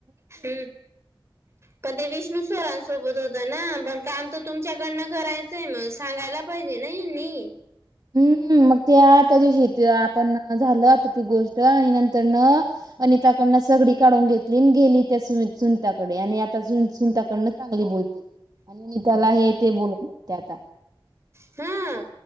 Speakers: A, on the right (about 30°); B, on the right (about 50°).
A: हम. पण ते विष्णू सरांसोबत होत ना, पण काम तर तुमच्याकडनं करायचं मग सांगायला पाहिजे ना हेनी
B: हम्म! मग त्या, त्या दिवशी, ते आपण झालं आता ती गोष्ट, आणि नंतर न आणि त्याकडनं सगडी काढून घेतली, आणि गेली त्या सुनताकडे, आणि आता सुनताकडनं चांगली बोलते, आणि मी त्याला हे ते बोलते आता
A: हां